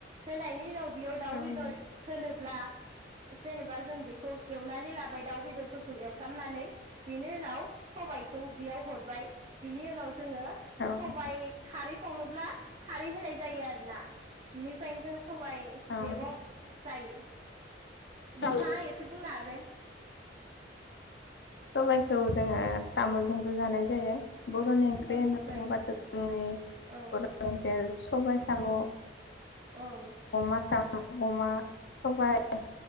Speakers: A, on the right; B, on the left.
A: होनायनि उनाव बेयाव दाउ
B: औ
A: बेदर
B: नोंथां
A: होनोब्ला जेनेबा जों बेखौ एवनानै लाबाय दाउ बेदर फोरखौ एरफ्रामनानै बेनि उनाव सबायखौ बेयाव हरबाय बिनि उनाव जोङो
B: औ
A: सबाय
B: नोंथां
A: खारै संनोब्ला खारै होनाय जायो आरोना बिनिफ्रायनो जों सबाय मैगं
B: औ
A: जायो <inaudible>
B: नोंथां
A: नोंथाङा एसे बुंनो हागोन <inaudible>
B: सबायखौ जोङो साम'जोंबो जानाय जायो बर'नि ओंख्रि
A: औ
B: होनना
A: जायो
B: बुङोबाथ' जोंनि
A: औ
B: बर' ओंख्रि सबाय साम'
A: औ
B: अमा सा अमा सबाइ